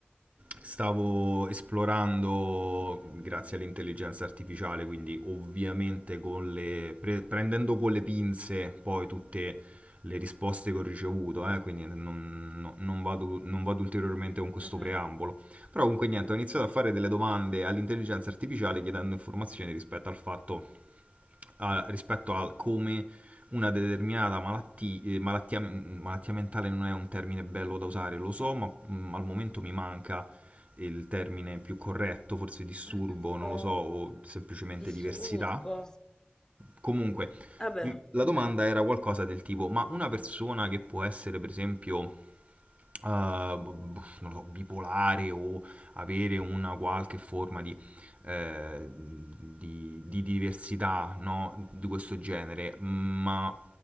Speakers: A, on the right; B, on the left.
A: stavo esplorando, grazie all'intelligenza artificiale, quindi ovviamente con le, pre- prendendo con le pinze poi tutte le risposte che ho ricevuto, eh, quindi non, no- non vado non vado ulteriormente con questo
B: Mhm.
A: preambolo però comunque niente, ho iniziato a fare delle domande all'intelligenza artificiale chiedendo informazioni rispetto al fatto, a, rispetto a come una determinata malatti- eh, malattia, mm, malattia mentale non è un termine bello da usare, lo so, ma mm, al momento mi manca il termine più corretto, forse disturbo,
B: Un un
A: non
B: po'
A: lo so, o semplicemente
B: disturbo.
A: diversità. Comunque,
B: Vabbè,
A: la
B: mhm,
A: domanda era qualcosa del tipo, ma una persona che può essere, per esempio, eh, b- non lo so, bipolare o avere una qualche forma di, eh, di, di diversità no? di questo genere, ma